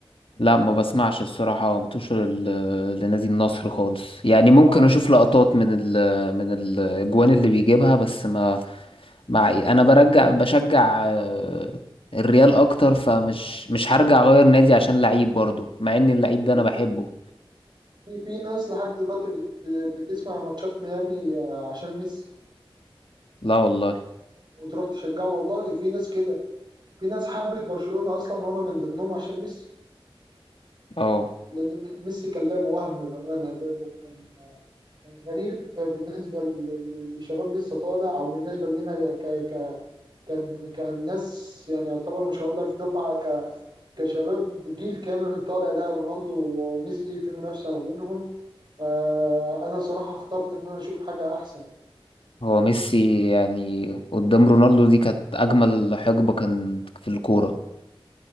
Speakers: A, on the left (about 70°); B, on the right (about 50°).
A: لا ما بسمعش الصراحه متوشر لنادي النصر خالص يعني ممكن
B: اه
A: اشوف
B: انت
A: لقطات من ال من الاجوان اللي بيجيبها بس ما مع إيه؟ انا برجع بشجع آه، الريال اكتر فمش مش هرجع اغير نادي عشان لعيب برضه مع ان اللعيب ده
B: بتشوف-
A: انا بحبه
B: في في ناس لحد دلوقتي بت- بتسمع ماتشات ميامي آه، عشان ميسي
A: لا والله
B: وتروح تشجعه والله في ناس كده في ناس حبت برشلونة أصلا وأنا من ضمنهم عشان ميسي
A: اه
B: لأن م- ميسي كان لعبه وهم بأمانة لعبه كان كان غريب بالنسبة ل- ل- لشباب لسه طالع أو بالنسبة لنا ك ك كان كان ناس يعني يعتبر مش هقول لك دفعة ك كشباب جيل كامل طالع لا رونالدو وميسي في منافسة ما بينهم فأنا صراحة اخترت إن أنا أشوف حاجة أحسن
A: هو ميسي يعني قدام رونالدو دي كانت اجمل حقبة كان في الكورة